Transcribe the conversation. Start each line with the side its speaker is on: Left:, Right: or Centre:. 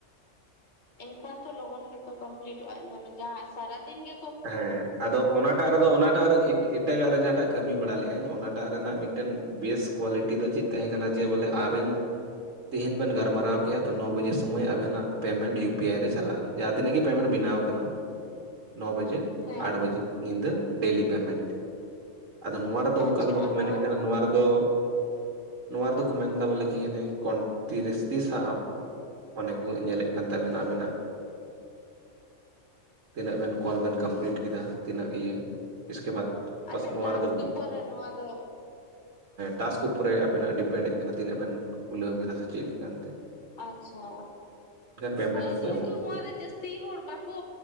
Left: ᱮᱱᱠᱷᱟᱱ ᱛᱚ ᱞᱚᱜᱚᱱ ᱜᱮᱛᱚ ᱠᱚᱢᱯᱞᱤᱴᱚᱜᱼᱟ ᱾ ᱧᱮᱞ ᱡᱟᱦᱟᱸ ᱥᱟᱨᱟ ᱫᱤᱱ ᱜᱮᱼᱼ
Right: ᱦᱮᱸ ᱟᱫᱚ ᱚᱱᱟᱴᱟᱜ ᱨᱮᱫᱚ ᱚᱱᱟᱴᱟᱜᱼᱼ ᱮᱴᱟᱜᱟᱜ ᱨᱮ ᱡᱟᱦᱟᱸᱴᱟᱜ ᱠᱟᱹᱢᱤ ᱵᱟᱲᱟ ᱞᱮᱫᱟᱹᱧ ᱚᱱᱟᱴᱟᱜ ᱨᱮᱱᱟᱜ ᱢᱤᱫᱴᱮᱱ ᱵᱮᱥ ᱠᱚᱣᱟᱞᱤᱴᱤ ᱫᱚ ᱪᱮᱫᱼᱼ ᱛᱟᱦᱮᱸ ᱠᱟᱱᱟ ᱡᱮ, ᱵᱚᱞᱮ ᱟᱵᱮᱱᱼᱼ ᱛᱤᱦᱤᱧ ᱵᱮᱱ ᱜᱟᱞᱢᱟᱨᱟᱣ ᱠᱮᱜᱼᱟ ᱛᱚ ᱱᱚ ᱵᱟᱡᱮ ᱥᱚᱢᱚᱭ ᱟᱵᱮᱱᱟᱜ ᱯᱮᱢᱮᱱᱴ ᱤᱭᱩ ᱯᱤ ᱟᱭ ᱨᱮ ᱪᱟᱞᱟᱜᱼᱟ ᱾ ᱡᱟᱦᱟᱸ ᱛᱤᱱᱟᱹᱜ ᱜᱮ ᱯᱮᱢᱮᱱᱴ ᱵᱮᱱᱟᱣ ᱟᱠᱟᱱᱟ ᱾ ᱱᱚ ᱵᱟᱡᱮ
Left: ᱦᱮᱸ
Right: ᱟᱴ ᱵᱟᱡᱮ ᱧᱤᱫᱟᱹ ᱰᱤᱞᱤ ᱯᱮᱢᱮᱱᱴ ᱟᱫᱚ ᱱᱚᱣᱟᱼᱼ ᱟᱫᱚ ᱚᱱᱠᱟ
Left: ᱟᱪᱪᱷᱟ
Right: ᱫᱚ ᱵᱟᱠᱚ
Left: ᱟᱨ
Right: ᱢᱮᱱᱮᱫ ᱠᱟᱱᱟ
Left: ᱨᱮᱫᱚ
Right: ᱱᱚᱣᱟ ᱨᱮᱫᱚᱼᱼ ᱱᱚᱣᱟ ᱨᱮᱫᱚ ᱠᱚ ᱢᱮᱱ ᱮᱫᱟ ᱵᱚᱞᱮ ᱠᱤᱠᱴᱤ ᱨᱥᱛᱤ ᱥᱟᱵ ᱟᱢᱼᱼ ᱚᱱᱮ ᱠᱚ ᱧᱮᱞᱮᱫ ᱠᱟᱱ ᱛᱟᱵᱮᱱᱟ, ᱟᱵᱮᱱᱟᱜ ᱛᱤᱱᱟᱹᱜ ᱵᱮᱱᱼᱼ ᱠᱚᱞ ᱵᱮᱱ ᱠᱢᱯᱞᱤᱴ ᱠᱮᱫᱟ, ᱛᱤᱱᱟᱹᱜ ᱤᱭᱟᱹ ᱤᱥᱠᱮ ᱵᱟᱫᱽᱼᱼ ᱯᱟᱥᱮᱫ
Left: ᱟᱪᱪᱷᱟ
Right: ᱱᱚᱣᱟ
Left: ᱴᱟᱥᱠ
Right: ᱨᱮᱫᱚᱼᱼ
Left: ᱩᱯᱚᱨ ᱨᱮ ᱱᱚᱣᱟ ᱫᱚ
Right: ᱴᱟᱥᱠ ᱩᱯᱚᱨᱮ ᱟᱵᱮᱱᱟᱜ ᱰᱤᱯᱮᱱᱰ ᱮᱜ ᱠᱟᱱᱟ, ᱛᱤᱱᱟᱹᱜ ᱵᱮᱱ ᱠᱩᱞᱟᱹᱣ ᱠᱮᱫᱟ ᱥᱮ ᱪᱮᱫ ᱞᱮᱠᱟ ᱮᱱᱛᱮ ᱾
Left: ᱟᱪᱪᱷᱟ᱾
Right: ᱯᱮᱢᱮᱱᱴ
Left: ᱦᱚᱭ
Right: ᱫᱚᱠᱚ
Left: ᱡᱮᱦᱮᱛᱩ
Right: ᱮᱢᱚᱜ ᱜᱮᱭᱟ
Left: ᱱᱚᱣᱟ ᱨᱮ ᱥᱤ ᱦᱚᱲ ᱵᱟᱠᱚ